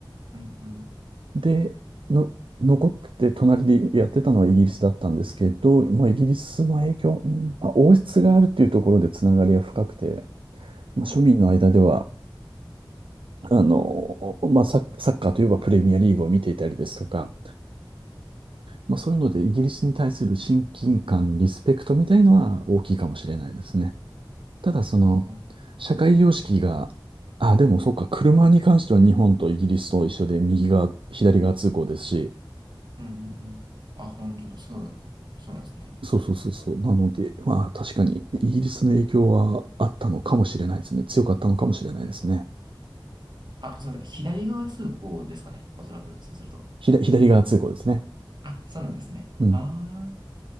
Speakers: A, on the right; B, on the right.
A: うん、うんうん、
B: で、の、残って隣でやってたのはイギリスだったんですけど、まあ、イギリスの影響、うんまあ、王室があるっていうところでつながりが深くて、まあ、
A: うんうん、
B: 庶民の間では、あの、まあ、サッサッカーといえばプレミアリーグを見ていたりですとか、まあ、そういうので、イギリスに対する親近感、リスペクトみたいのは大きいかもしれないですね。ただ、その、
A: ああ
B: 社会様式が、あ、でもそうか、車に関しては日本とイギリスと一緒で、右側、左側通行ですし、
A: ー、うんうんうんうんうんうんうんあうんうんうんあ本当そうだ、そうなんですね。
B: そうそうそうそう。なので、まあ、確かに、イギリスの影響はあったのかもしれないですね。強かったのかもしれないですね。
A: あ、すみません、左側通行ですかね、おそらく、そうすると。
B: ひだ、左側通行ですね。
A: あ、そうなんですね。
B: うん。
A: ああ。